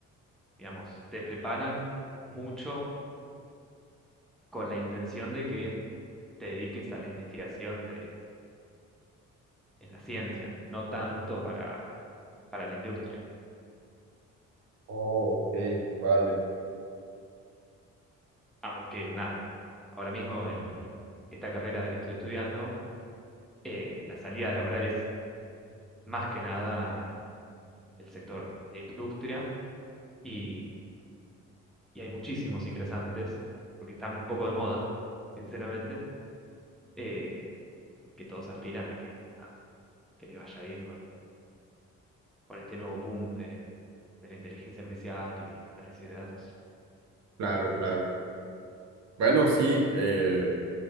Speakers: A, in the centre; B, on the right (about 60°).
A: digamos, te preparan mucho con la intención de que te dediques a la investigación de en la ciencia, no tanto para, para la industria.
B: Oh, ok, vale.
A: Aunque nada, ahora mismo el- esta carrera que estoy estudiando, eh, la salida laboral es más que nada el sector de industria y, y hay muchísimos ingresantes, porque están un poco de moda, sinceramente, eh, que todos aspiran a que, nada, que les vaya bien con, con este nuevo boom de, de la inteligencia artificial y el análisis de datos.
B: Claro, claro. Bueno, sí, eh,